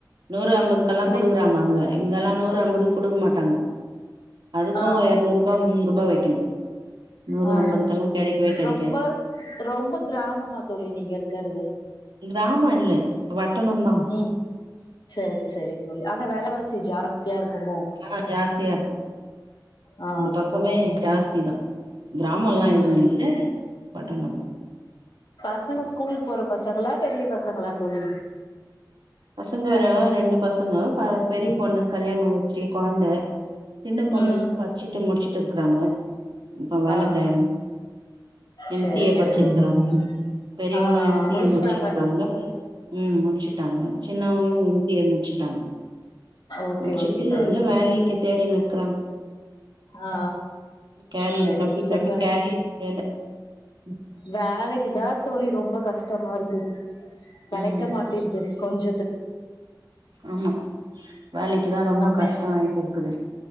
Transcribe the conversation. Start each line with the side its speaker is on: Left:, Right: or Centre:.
Right: நூறு அம்பதுக்கெல்லா
Left: ம்
Right: குடுக்குறாங்க அங்க இங்கெல்லா நூறு அம்பதுக்கு குடுக்க மாட்டாங்க அதுக்கு
Left: ஆ
Right: இரநூறு ரூபா முன்னூறு ரூபா வைக்கணு நூறு
Left: ஆ
Right: ஐம்பதுக்கெல்லா கெடைக்கவே கெடைக்காது
Left: ரொம்ப ரொம்ப கிராமமா தோழி நீங்க இருக்கறது
Right: கிராமம் இல்ல வட்டணோதா
Left: ம் சரி சரி தோழி ஆனா விலவாசி ஜாஸ்தியா இருக்குமோ
Right: ஆ ஜாஸ்தியா இருக்கு
Left: ஆ
Right: இந்த பக்கமே ஜாஸ்தி தா கிராமோல்லா
Left: ம்
Right: எதுவு இல்ல பட்டணம் தா
Left: பசங்க ஸ்கூல் போற பசங்களா பெரிய பசங்களா தோழி
Right: பசங்க வர ரெண்டு பசங்க ப பெரிய பொண்ணு கல்யாணம் வச்சி குழந்த சின்ன பொண்ணு
Left: ம்
Right: படிச்சிட்டு முடிச்சிட்டு இருக்கறாங்க இப்ப வேல
Left: ஆ
Right: தனு எம்சிஏ
Left: சரி
Right: பச்சிருக்கிறாங்க
Left: சரி தோழி
Right: பெரியவளா
Left: ஆ
Right: எம்சிஏ
Left: முடிச்சுட்டாங்க
Right: முடிச்சிற்காக ம் முடிச்சுட்டாங்க சின்னவங்களு எம் சி ஏ முட்ச்சுட்டாங்
Left: ஓகே
Right: முடிச்சுட்டு
Left: ஓகே தோழி
Right: எதோ வேலிக்கே தேடினிற்கிறாங்
Left: ஆ
Right: கேரியரு
Left: சரி
Right: கட்டி
Left: இப்ப
Right: கட்டி
Left: வே
Right: கேரியரே <unintelligible>
Left: வேலைக்குதா தோழி ரொம்ப கஷ்டமா இருக்கு கெடைக்க
Right: ம்
Left: மாட்டேன்து கொஞ்ச
Right: ஆமா வேலைக்குதா
Left: ம்
Right: ரொம்ப
Left: நம்ப
Right: கஷ்ட ஆயிட்டுருக்குது